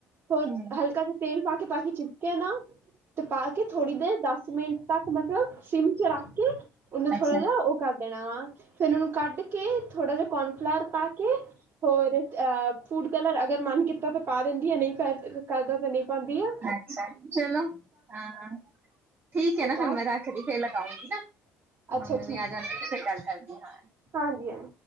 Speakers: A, on the right (about 60°); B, on the right (about 40°).
A: ਹੋਰ
B: ਹੂੰ-ਹੂੰ,
A: ਹਲਕਾ ਜਿਹਾ ਤੇਲ ਪਾ ਕੇ ਤਾਂ ਕੇ ਚਿਪਕੇ ਨਾ, ਤੇ ਪਾ ਕੇ ਥੋੜ੍ਹੀ ਦੇਰ ਦ ਸ ਮਿੰਟ ਤੱਕ ਮਤਲਬ ਸਿੰਮ 'ਚ ਰੱਖ ਕੇ ਉਹਨੂੰ ਥੋੜਾ
B: ਅੱਛਾ,
A: ਜਿਹਾ ਉਹ ਕਰ ਦੇਣਾ ਵਾ। ਫੇਰ ਉਹਨੂੰ ਕੱਢ ਕੇ ਥੋੜ੍ਹਾ ਜਿਹਾ ਕੋਰਨਫਲਾਰ ਪਾ ਕੇ ਹੋਰ ਅਹ ਫੂਡ ਕਲਰ ਅਗਰ ਮਨ ਕੀਤਾ ਤਾਂ ਪਾ ਦਿੰਦੀ ਹੈ ਨਹੀਂ ਪ ਕਰਦਾ ਤਾਂ ਨਹੀਂ ਪਾਉਂਦੀ ਹੈ।
B: ਅੱਛਾ ਚਲੋ ਹਾਂ ਹਾਂ ਠੀਕ ਹੈ
A: ਉਹ
B: ਨਾ
A: ਪਾ
B: ਫਿਰ ਮੈਂ ਰੱਖਦੀ ਫਿਰ ਲਗਾਉਂਗੀ ।
A: ਅੱਛਾ
B: ਮੰਮੀ ਵੀ
A: ਠੀਕ
B: ਆ ਜਾਂਦੀ ਫਿਰ ਗੱਲ ਕਰਦੀ ਹਾਂ।
A: ਹਾਂਜੀ ਹਾਂਜੀ।